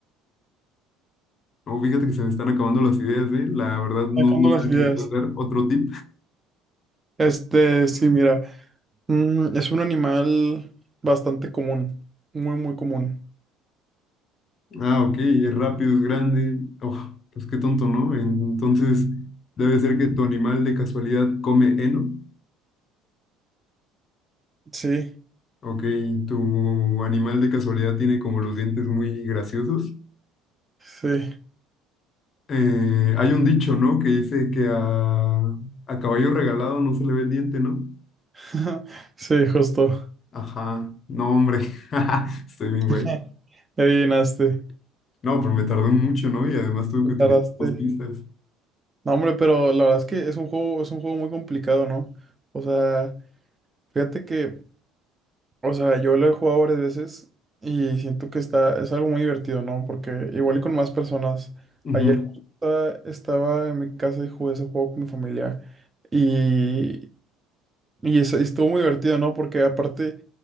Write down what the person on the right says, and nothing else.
Sacando
las
ideas.
Este, sí, mira. Mm, es un animal bastante común. Muy, muy común.
Sí,
sí.
<laughs> Sí, justo.
<laughs> Le Adivinaste.
le
tardaste.
No, hombre, pero la verdad es que es un juego, es un juego muy complicado, ¿no? O sea, fíjate que O sea, yo lo he jugado varias veces y siento que está, es algo muy divertido, ¿no? Porque igual y con más personas.
Ayer justo estaba en mi casa y jugué ese juego con mi familia. y y es- estuvo muy divertido, ¿no? Porque aparte,